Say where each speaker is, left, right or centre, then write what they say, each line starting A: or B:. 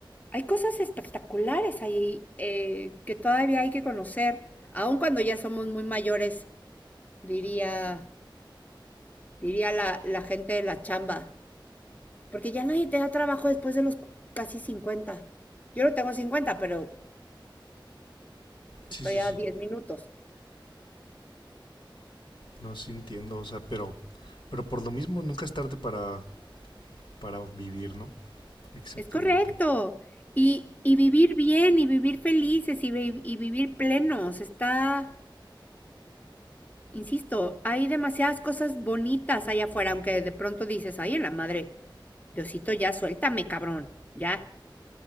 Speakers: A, on the left; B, on the left.
A: hay cosas espectaculares ahí eh, que todavía hay que conocer, aun cuando ya somos muy mayores, diría, diría la, la gente de la chamba, porque ya nadie te da trabajo después de los casi cincuenta Yo no tengo cincuenta pero
B: Sí,
A: estoy
B: sí, sí.
A: a 10 minutos.
B: No, sí entiendo, o sea, pero, pero por lo mismo nunca es tarde para, para vivir, ¿no? Exactamente.
A: Es correcto. Y, y vivir bien y vivir felices y, vi- y vivir plenos. Está, insisto, hay demasiadas cosas bonitas allá afuera, aunque de pronto dices, ay, en la madre, Diosito, ya suéltame, cabrón. Ya,